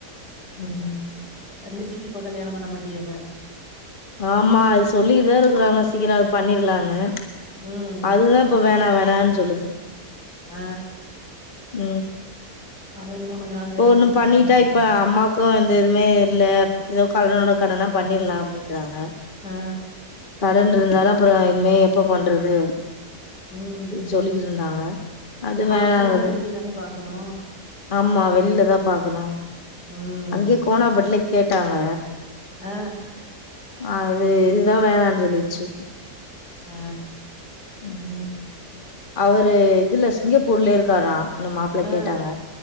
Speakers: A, on the left; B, on the left.
A: ம்
B: தங்கச்சிக்கு இப்ப கல்யாணோ பண்ண மாட்டியப்ப
A: ஆமா அது சொல்லிக்கிட்டுதா இருக்கறாங்க சீக்கிரோ அது பண்ணிர்லானு
B: ம்
A: அதுதா இப்போ வேணா வே ணான் சொல்லுது
B: ஆ
A: ம்
B: அவ இன்னு கொஞ்ச நாள்
A: போ
B: வேல
A: ஒன்னு
B: பாக்கலான்னு
A: பண்ணிட்டா
B: நெனப்பா
A: இப்ப அம்மாக்கூ எந்த இதூமே இல்ல ஏதோ கடனோட கடன்னா பண்ணிட்லா அப்டின்றாங்க
B: ஆ
A: கடன் இருந்தாலூ அப்றோ இனிமே எப்ப பண்றது
B: ம்
A: இப் சொல்லிக்கிட்ருந்தாங்க <inaudible> அது
B: மாப்பிள்ளையெல்லா
A: வேணாங்குது
B: வெளிய தானே பாக்கணு
A: ஆமா வெளில தா பாக்கணூ
B: ம்
A: அங்கயே கோணாபேட்ல கேட்டாங்க
B: ஆ
A: அது இதுதா வேணான் சொல்லிச்சு
B: ஆ
A: ம் அவரு இதுல சிங்கப்பூர்லே இருக்காரா இந்த மாப்ளே
B: ஆ
A: கேட்டாங்க